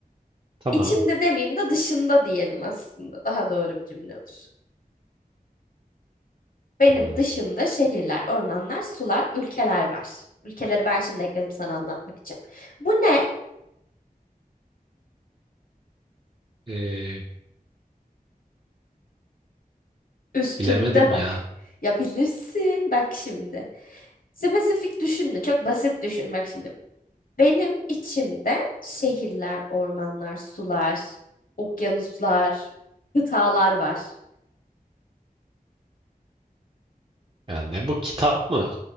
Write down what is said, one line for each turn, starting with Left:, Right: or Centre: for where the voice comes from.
Right: Tamam.
Left: İçimde demeyeyim de dışımda diyelim aslında. Daha doğru bir cümle olur. Benim
Right: Hmm.
Left: dışımda şehirler, ormanlar, sular, ülkeler var. Ülkeleri ben şimdi ekledim sana anlatmak için. Bu ne?
Right: Ee,
Left: Üstümde
Right: bilemedim
Left: bak.
Right: ya.
Left: Ya bilirsin bak şimdi. Spesifik düşünme, çok basit düşün bak şimdi. Benim içimde şehirler, ormanlar, sular, okyanuslar, kıtalar var. <laughs>
Right: Ya ne bu kitap mı?